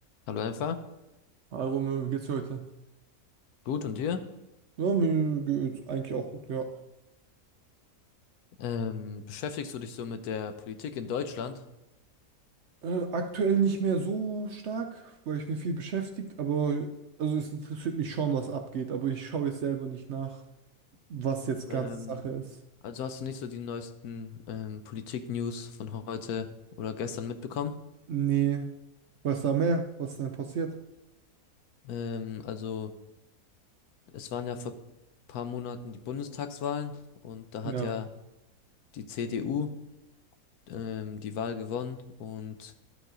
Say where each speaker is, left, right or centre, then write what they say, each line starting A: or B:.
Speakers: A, on the left; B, on the right.
A: Hallo einfach.
B: Hi Romeo, wie geht's dir heute?
A: Gut, und dir?
B: Ja, mir geht's eigentlich auch gut, ja.
A: Ähm, beschäftigst du dich so mit der Politik in Deutschland?
B: Äh, aktuell nicht mehr so stark, weil ich mir viel beschäftigt, aber also es interessiert mich schon, was abgeht, aber ich schaue jetzt selber nicht nach, was jetzt
A: Ähm,
B: ganz Sache ist.
A: also hast du nicht so die neuesten ähm, Politik-News von heute oder gestern mitbekommen?
B: Nee. Was da mehr? Was denn passiert?
A: Ähm, also es waren ja vor paar Monaten die Bundestagswahlen und da
B: Ja.
A: hat ja die CDU ähm, die Wahl gewonnen und